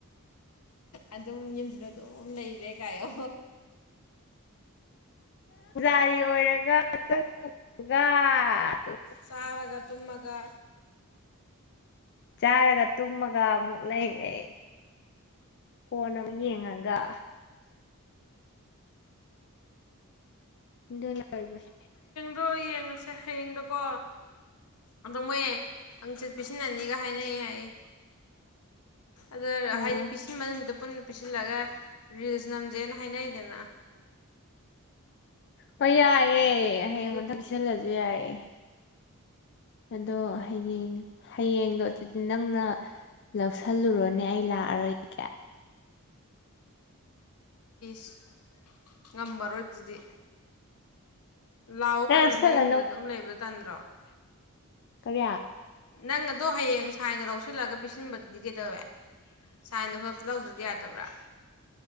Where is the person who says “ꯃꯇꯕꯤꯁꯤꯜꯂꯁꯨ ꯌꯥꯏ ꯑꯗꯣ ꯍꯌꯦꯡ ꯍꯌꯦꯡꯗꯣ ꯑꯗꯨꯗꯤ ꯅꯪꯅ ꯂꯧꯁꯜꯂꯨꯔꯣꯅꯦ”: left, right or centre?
Left